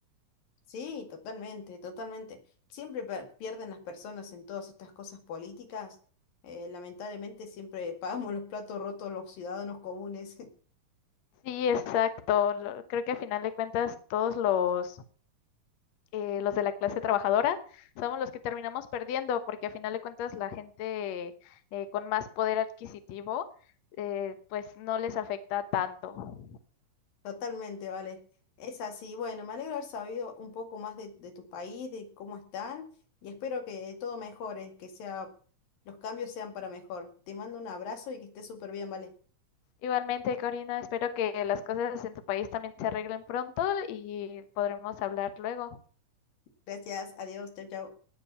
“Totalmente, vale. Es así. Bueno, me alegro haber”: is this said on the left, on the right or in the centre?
Left